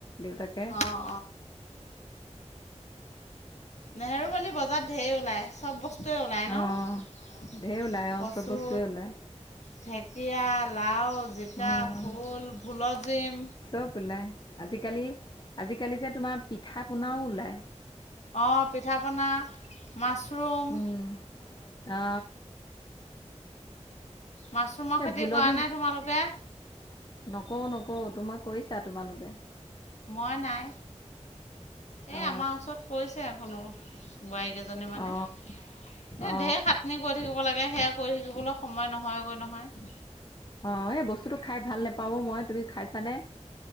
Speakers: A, on the left; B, on the left.
A: দেউতাকে-
B: অঁ নেহেৰুবালী বজাৰত ধঢেৰ ওলায় চব বস্তুৱে ওলায়
A: অ
B: ন।
A: ঢেৰ ওলাই অ আৰু
B: কচু
A: চব বস্তুৱয়ে ওলায়।
B: ঢেকীয়া লাও জিকা
A: উম
B: ভোল ভোলজিম।
A: চব ওলায় আজিকালি আজিকালি যে তোমাৰ পিঠা পনাও ওলায়।
B: অঁ পিঠা পনা- মাছৰুম ওম!
A: উম অ
B: মাছৰুমৰ
A: এই
B: খেতি
A: ভোলজি
B: কৰা নাই তোমালোকে?
A: নকওঁ নকওঁ তোমাক কৰিছা তোমালোকে?
B: মই নাই এই
A: অ
B: আমাৰ ওচৰত কৰিছে কোনো- বোৱাৰীকেইজনী মানে?
A: অ
B: এই
A: অ
B: ঢেৰ খাতনী। কৈ থাকিব লাগে, সেয়া কৈ থাকিবলৈ সময় নহয়গৈ নহয়।
A: অ' এই বস্তুটো খাই ভাল নাপাওঁ অ' মই। তুমি খাইছানে?